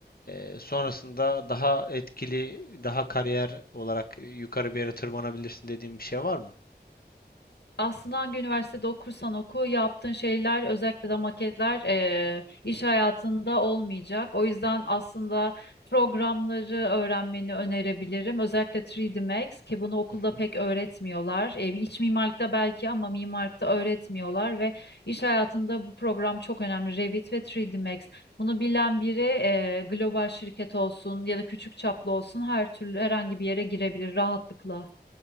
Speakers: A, on the left; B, on the left.
A: eee, sonrasında daha etkili, daha kariyer olarak e, yukarı bir yere tırmanabilirsin dediğin bir şey var mı?
B: Aslında hangi üniversitede okursan oku yaptığın şeyler özellikle de maketler eee, iş hayatında olmayacak. O yüzden aslında programları öğrenmeni önerebilirim. Özellikle 3D Max ki bunu okulda
A: Hı hı.
B: pek öğretmiyorlar. E, iç mimarlıkta belki ama mimarlıkta öğretmiyorlar ve iş hayatında bu program çok önemli. Revit ve 3D Max. Bunu bilen biri eee, global şirket olsun ya da küçük çaplı olsun her türlü herhangi bir yere girebilir rahatlıkla.